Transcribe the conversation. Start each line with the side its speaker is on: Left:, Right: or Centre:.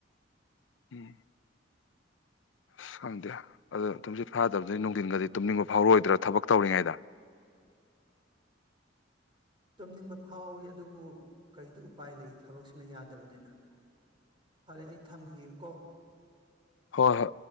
Left: ꯎꯝ ꯑꯁ ꯈꯪꯗꯦ ꯑꯗꯣ ꯊꯨꯝꯁꯤꯠ ꯐꯥꯗꯕꯗꯤ ꯅꯨꯡꯊꯤꯟꯒꯗꯤ ꯇꯨꯝꯅꯤꯡꯕ ꯐꯥꯎꯔꯛꯑꯣꯏꯗ꯭ꯔꯥ ꯊꯕꯛ ꯇꯧꯔꯤꯉꯩꯗ꯫
Right: ꯇꯨꯝꯅꯤꯡꯕ ꯐꯥꯎꯋꯤ ꯑꯗꯨꯕꯨ ꯀꯩꯗꯤ ꯎꯄꯥꯏ ꯂꯩ ꯊꯕꯛꯁꯤꯅ ꯌꯥꯗꯕꯅꯤꯅ꯫ ꯐꯔꯦ ꯑꯩ ꯊꯝꯈꯤꯒꯦꯀꯣ꯫
Left: ꯍꯣꯏ ꯍꯣꯏ꯫